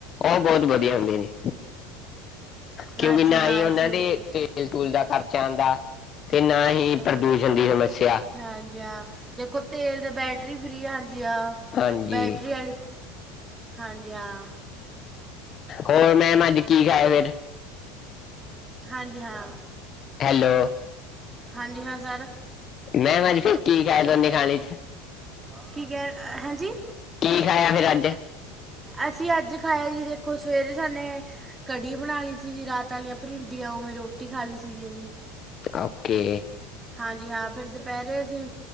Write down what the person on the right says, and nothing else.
ਹਾਂਜੀ
ਹਾਂ
ਸਹੀ
ਹੈ
ਹਾਂਜੀ
ਹਾਂਜੀ ਹਾਂ ਦੇਖੋ ਤੇਲ ਦੇ ਬੈਟਰੀ ਫ੍ਰਰੀ ਹਾਂਜੀ ਆ,
ਬੈਟਰੀ ਵਾਲੀ ਹਾਂਜੀ। ਜਾਂ।
ਹਾਂਜੀ ਹਾਂ।
ਹਾਂਜੀ ਹਾਂ ਸਰ।
ਕੀ ਕਹਿ ਅਹ ਹਾਂਜੀ।
ਅਸੀਂ ਅੱਜ ਖਾਇਆ ਜੀ ਦੇਖੋ ਸਵੇਰੇ <unintelligible> ਕੜੀ ਬਣਾ ਲਈ ਸੀ ਜੀ, ਰਾਤ ਆਲੀਆਂ ਭਿੰਡ ਯਾ ਓਵੇਂ ਰੋਟੀ ਖਾ ਲਈ ਸੀ <unintelligible>
ਹਾਂਜੀ ਹਾਂ ਫਿਰ ਦੁਪਹਿਰੇ ਅਸੀਂ